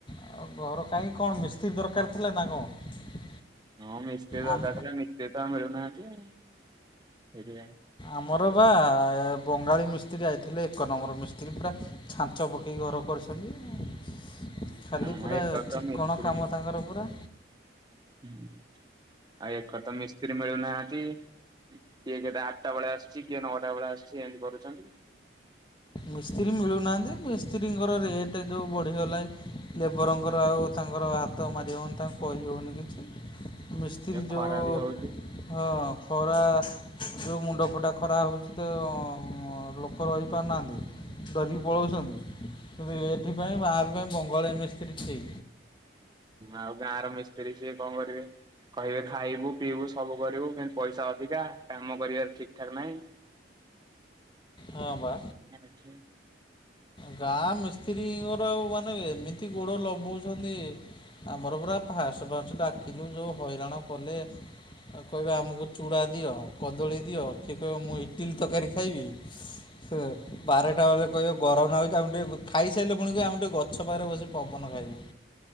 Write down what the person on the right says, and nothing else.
ହଁ ମିସ୍ତ୍ରୀ ଦରକାର
ଥିଲା ମିସ୍ତ୍ରୀ ତ ମିଳୁନାହାନ୍ତି ଆଉ ସେଥିପାଇଁ
ହଁ
ଏକରେ ତ
ମିସ୍ତ୍ରୀ
ହଁ ଆଉ ଏକ ମିସ୍ତ୍ରୀ ମିଳୁନାହାନ୍ତି କିଏ ଗୋଟେ ଆଠଟା ବେଳେ ଆସିୁଛି କିଏ ନଅଟା ବେଳେ ଆସିଛି ଏମିତି କରୁଛନ୍ତି।
ଏ
ଖରା ବି ହଉଛି
ଆଉ ଗାଁ ର ମିସ୍ତ୍ରୀ ସିଏ କଣ କରିବେ? କହିବେ ଖାଇବୁ ପିଇବୁ ସବୁ କରିବୁ କିନ୍ତୁ ପଇସା ଅଧିକା କାମ କରିବାର ଠିକ୍ ଠାକ ନାହିଁ।
<inaudible>